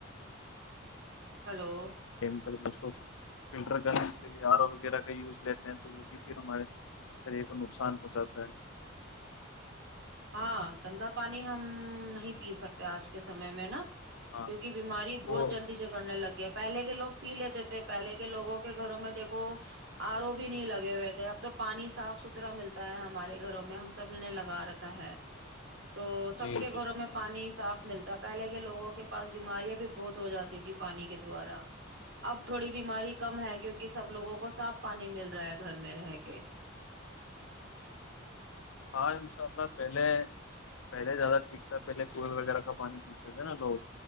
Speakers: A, on the right; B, on the left.
A: ہلو
B: م کرل بسو <inaudible> فلٹر کر تہار وغیرہ کا یوز لیتے ہیں تو وہ بھی پھر ہمارے شریے کو نقصان پہنچاتا ہے
A: ہاں گندا پانی ہم نہیں پی سکتے آج کے سمے میں نا
B: ہاں
A: کیونکہ بیماری بہت
B: وہ
A: جلد جگڑنے لگیا پہلے کے لوگ پی لیتے تھے پہلے کے لوگوں کے گھروں میں دیکھو آر او بھی نہیں لگے ہوئے تھے اب تو پانی صاف ستھرا ملتا ہے ہمارے گھروں میں ہم سب نے لگا رکھ کہ ہے تو سب
B: جی
A: کے گھروں
B: جی
A: میں پانی صاف ملتا پہلے کے لوگوں کے پاس بیماریاں بھی بہت ہو جاتی تھی پانی کے دوارا اب تھوڑی بیماری کم ہے کیونکہ سب لوگوں کو صاف پانی مل رہا ہے گھر میں رہ کے
B: ہاں ان شاء اللہ پہلے پہلے زیادہ ٹھیک تھا پہلے کنئ وغیرہ کا پانی پیتے تھے نا لوگ